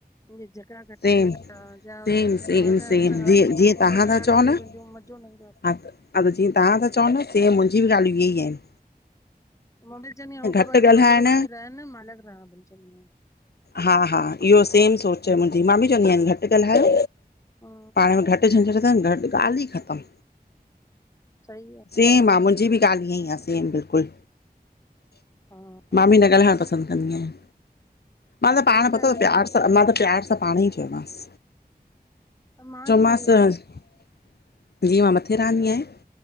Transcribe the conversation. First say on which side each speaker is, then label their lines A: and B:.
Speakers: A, on the left; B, on the left.
A: झॻड़ा घट
B: सेम
A: थींदा जा
B: सेम सेम सेम जीअं
A: चुगलियूं
B: जीअं तव्हां
A: निराणन
B: था चओ न
A: जैमे मजो न ईंदो आ।
B: हा त हा त जीअं तव्हां त चओ न तीअ मिंजी भी ॻाल्हियूं इहे ई आहिन।
A: मां भी चवंदी आया हो ॿ
B: घटि
A: भले
B: ॻाल्हाइण
A: गॾ वञी रहन मां अलग रहा भई
B: हा हा इहो सेम सोच आ मुंहिंजी मां बि चवंदी आहिन घट घट ॻाल्हायो
A: हा
B: पाण में घट झंझट थ्यन घट ॻाल्हि ई ख़तम।
A: सही आ।
B: सेम
A: न
B: आ मुंहिंजी बि ॻाल्हि ईअं ई आहे सेम बिल्कुल
A: हा
B: मां बि न ॻाल्हाएड़ पसन्द कम कंदी आयां मां त
A: सही
B: पाण पतो
A: ॻाल्हि आ
B: प्यार
A: न
B: सां मां त प्यार प सां पाण ई चोमास
A: त मां
B: चोमास
A: जो हुयो
B: जीय हुनखे थिरानी आए।